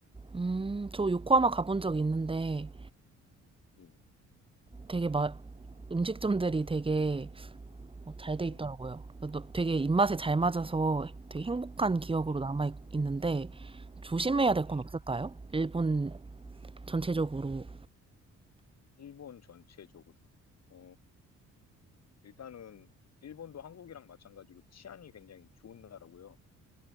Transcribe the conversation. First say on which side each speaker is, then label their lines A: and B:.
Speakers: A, on the right; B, on the left.
A: 음, 저 요코하마 가본 적 있는데,
B: 예,
A: 되게 막 음식점들이 되게 어, 잘 돼
B: 예,
A: 있더라고요. 너- 되게 입맛에 잘 맞아서 되게 행복한 기억으로
B: 예,
A: 남아 있- 있는데 조심해야 될
B: 예.
A: 건 없을까요? 일본 전체적으로.
B: 일본 전체적으로. 어, 일단은 일본도 한국이랑 마찬가지로 치안이 굉장히 좋은 나라고요.